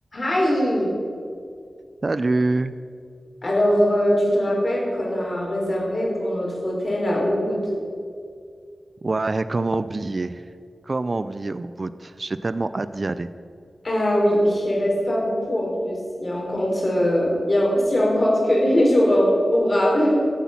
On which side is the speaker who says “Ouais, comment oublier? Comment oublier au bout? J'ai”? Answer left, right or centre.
Right